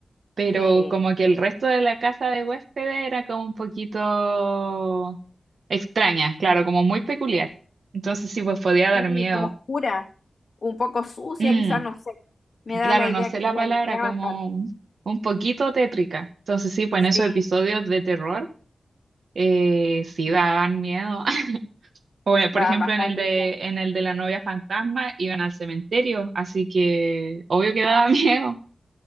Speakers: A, on the right; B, on the left.
A: pero
B: sí.
A: como que el resto de la casa de huéspedes era como un poquito extraña, claro, como muy peculiar. Entonces sí, pues podía dar
B: y
A: miedo.
B: como oscura, un poco sucia,
A: Mm,
B: quizás, no sé. Me da
A: claro,
B: la idea
A: no sé
B: que
A: la
B: no la
A: palabra,
B: limpiaban
A: como
B: tanto.
A: un, un poquito tétrica. Entonces sí, pues
B: Sí,
A: en esos episodios de terror eh, sí daban miedo. <laughs> O eh, por
B: daban
A: ejemplo
B: bastante
A: en el de
B: miedo.
A: en el de la novia fantasma iban al cementerio, así que obvio que daba <laughs> miedo.